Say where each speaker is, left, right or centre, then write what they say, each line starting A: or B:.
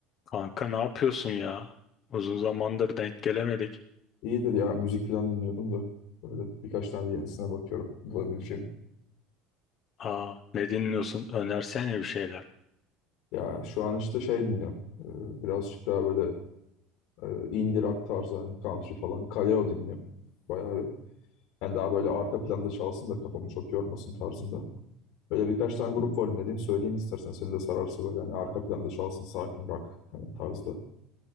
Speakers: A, on the left (about 35°); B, on the left (about 65°).
A: Kanka ne yapıyorsun ya? Uzun zamandır denk gelemedik.
B: İyidir ya müzik falan dinliyordum da böyle birkaç tane yenisine bakıyorum bulabileceğim.
A: Aa, ne dinliyorsun? Önersene bir şeyler.
B: Ya şu an işte şey dinliyorum. Ee, birazcık daha böyle e, indie rock tarzı hani country falan. Kaleo dinliyorum bayağı bir. Yani daha böyle arka planda çalsın da kafamı çok yormasın tarzında. Böyle birkaç tane grup var dinlediğim söyleyeyim istersen seni de sararsa böyle hani arka planda çalsın sakin rock hani tarzda.